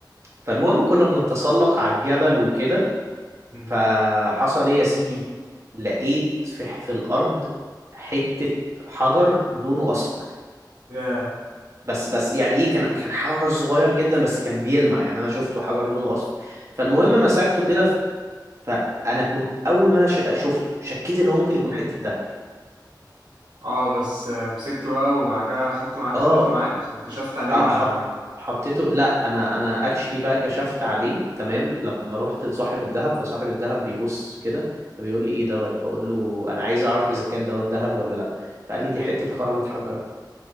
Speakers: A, on the right; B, on the right.
A: فالمهم كنا بنتسلق على الجبل وكده
B: مم.
A: فحصل ايه يا سيدي لقيت في في الارض حتة حجر لونه اصفر
B: ياه
A: بس بس يعني ايه كان كان حجر صغير جدا بس كان بيلمع يعني انا شفته حجر لونه اصفر فالمهم مسكته كده ف- فانا كنت اول ما انا ش- شفته شكيت ان هو ممكن يكون حته دهب
B: اه بس آه، مسكته بقى وبعد كده خدته معاك
A: اه
B: خليته معاك وكشفت عليه
A: آه،
B: ما
A: حط حطيته لا انا انا اكشلي بقى كشفت عليه تمام لما رحت لصاحب الذهب فصاحب الذهب بيبص كده فبيقول لي ايه دوت بقول له انا عايز اعرف اذا كان دوت ذهب ولا لا فقال لي دي حته خرم اتحجرت